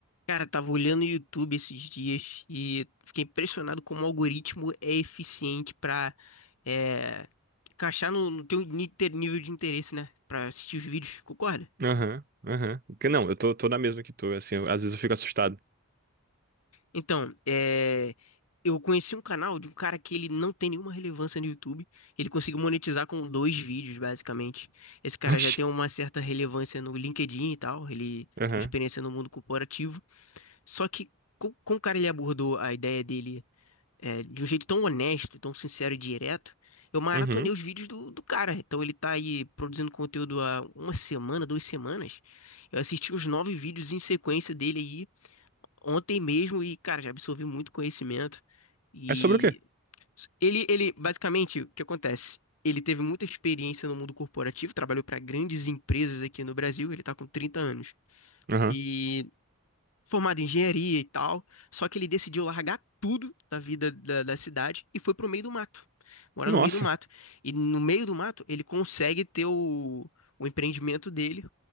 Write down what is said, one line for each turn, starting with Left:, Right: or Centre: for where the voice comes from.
Left: Cara, tava olhando o YouTube esses dias e fiquei impressionado como o algoritmo é eficiente pra é, encaixar no, no teu ni- ter- nível de interesse, né? Pra assistir os vídeos, concorda?
Right: Aham, aham. Que- Não, eu tô, tô na mesma que tu, assim, eu- às vezes eu fico assustado. <laughs>
Left: Então, é, eu conheci um canal de um cara que ele não tem nenhuma relevância no YouTube. Ele conseguiu monetizar com dois vídeos, basicamente. Esse cara
Right: Oxi.
Left: já tem uma certa relevância no LinkedIn e tal. Ele
Right: Aham,
Left: tem uma experiência no mundo corporativo. Só que co- como o cara ele abordou a ideia dele é, de um jeito tão honesto, tão sincero e direto, eu maratonei
Right: uhum.
Left: os vídeos do, do cara. Então ele tá aí produzindo conteúdo há uma semana, duas semanas. Eu assisti os nove vídeos em sequência dele aí ontem mesmo e, cara, já absorvi muito conhecimento. E
Right: É sobre o quê?
Left: ele, ele basicamente, o que acontece? Ele teve muita experiência no mundo corporativo, trabalhou para grandes empresas aqui no Brasil, ele tá com 30 anos.
Right: Aham.
Left: E formado em engenharia e tal, só que ele decidiu largar tudo da vida da, da cidade e foi pro meio do mato, morar
Right: Nossa.
Left: no meio do mato. E no meio do mato ele consegue ter o, o empreendimento dele